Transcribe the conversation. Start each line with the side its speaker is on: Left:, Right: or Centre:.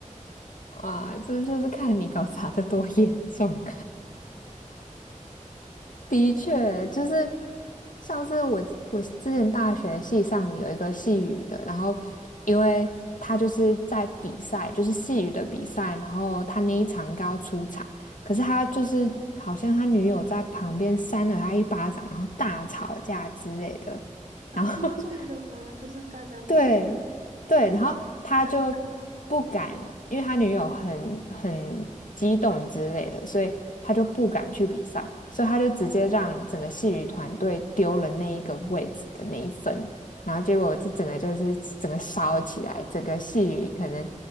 Left: 哇，这就是看你搞砸的多严重。的确，就是上次我我之前大学系上有一个细语的，然后因为他就是在比赛，就是细语的比赛，然后他那一场刚出场，可是他就是好像他女友在旁边扇了他一巴掌，然后大吵架之类的，
Right: 啊，
Left: 然后
Right: 公众的吗？
Left: <laughs>
Right: 就是大家都
Left: 对对，
Right: 哦，
Left: 然后他就不敢，
Right: 尴尬
Left: 因为他女友很很激动之类的，所以他就不敢去比赛，所以他就直接让整个戏剧团队丢了那一个位置的那一份，然后结果这整个就是整个烧起来，整个戏剧可能